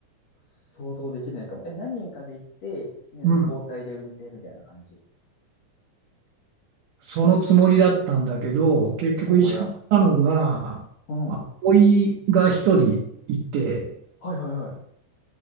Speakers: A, on the left; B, on the right.
A: 想像できないかも。え、何人かで行って、みんなで交代で運転みたいな感じ。
B: う。うん。そのつもりだったんだけど、結局一緒に行ったのが、
A: お、親。うん。
B: あおいが一人いて、
A: はいはいはい。